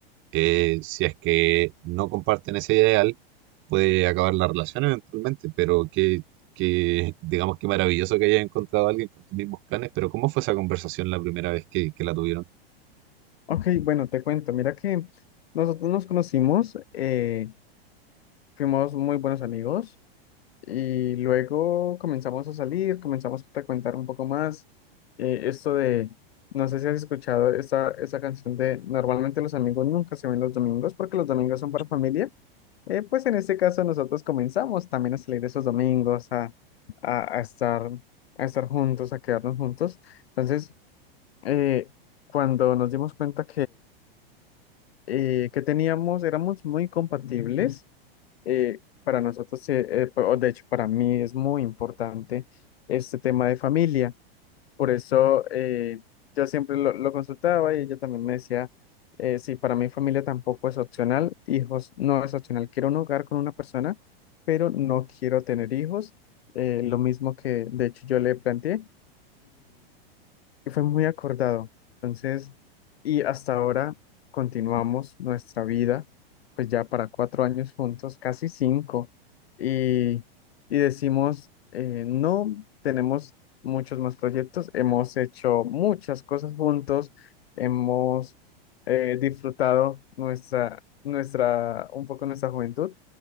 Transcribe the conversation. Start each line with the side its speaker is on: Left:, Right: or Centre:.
Right: eh, si es que no comparten ese ideal, puede acabar la relación eventualmente, pero que, que digamos que maravilloso que hayas encontrado a alguien con tus mismos planes, pero ¿cómo fue esa conversación la primera vez que, que la tuvieron?
Left: Ok, bueno, te cuento, mira que nosotros nos conocimos, eh, fuimos muy buenos amigos Y luego comenzamos a salir, comenzamos a frecuentar un poco más. eh, esto de, no sé si has escuchado esa, esa canción de, normalmente los amigos nunca se ven los domingos porque los domingos son para familia. Eh, pues en este caso nosotros comenzamos también a salir esos domingos, a, a, a estar, a estar juntos, a quedarnos juntos. Entonces, eh, cuando nos dimos cuenta eh, que teníamos, éramos muy compatibles. eh, para nosotros, eh, eh, pa- o de hecho, para mí es muy importante este tema de familia. Por eso eh, yo siempre lo, lo consultaba y ella también me decía, eh, sí, para mí familia tampoco es opcional, hijos no es opcional. Quiero un hogar con una persona, pero no quiero tener hijos. eh, lo mismo que, de hecho, yo le planteé y fue muy acordado. Entonces, y hasta ahora continuamos nuestra vida, pues ya para cuatro años juntos, casi cinco, y, y decimos, eh, no, tenemos muchos más proyectos, hemos hecho muchas cosas juntos, hemos eh, disfrutado nuestra, nuestra, un poco nuestra juventud,